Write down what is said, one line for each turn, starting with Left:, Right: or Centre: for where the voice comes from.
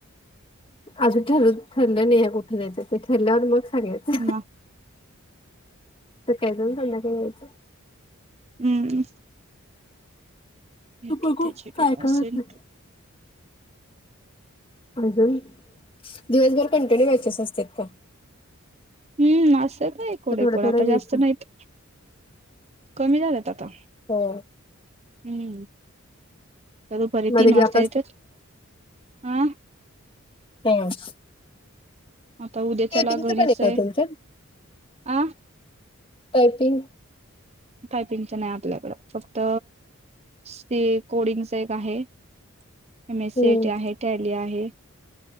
Left: अजून ठरू ठरलं नाही या कुठे जायचं ते ठरल्यावर मग सांगायचं.
Right: मग.
Left: सकाळी जाऊन संध्या काययच.
Right: हम्म. <unintelligible>
Left: बघू काय काय होतंय अजून दिवसभर कंटिन्यू बॅचेस असते फोन.
Right: हम्म असत एकूणकूण
Left: थोडं थोडं
Right: आता
Left: रेट
Right: जास्त नाहीत कमी झालेत आता.
Left: होय.
Right: हम्म. दुपारी
Left: मध्ये
Right: तीन वाजता
Left: गॅप
Right: येतोच हा.
Left: तेच
Right: आता उद्याच्याला
Left: टायपिंगच
Right: घरीच
Left: पण आहे का तुमच्यात?
Right: आ
Left: टायपिंग
Right: टायपिंगचं नाही आपल्याकडं फक्त स्टे कोडिंगच एक आहे. एम ए सी
Left: हम्म
Right: आयटी आहे टॅली आहे